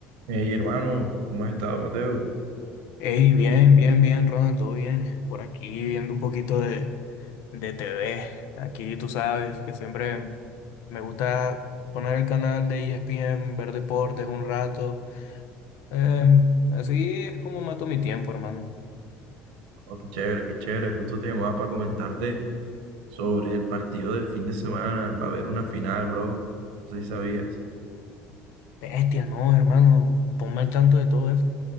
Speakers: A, on the right; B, on the left.
A: Hey, hermano, ¿cómo has estado, Mateo?
B: Hey, bien, bien, bien, Ronald, todo bien. Por aquí viendo un poquito de, de TV. Aquí tú sabes que siempre me gusta poner el canal de ESPN, ver deportes un rato. Em, así es como mato mi tiempo, hermano.
A: Oh, qué chévere, qué chévere. Justo te llamaba para comentarte sobre el partido del fin de semana. Va a haber una final, bro. No sé si sabías.
B: Bestia, no, hermano, ponme al tanto de todo eso.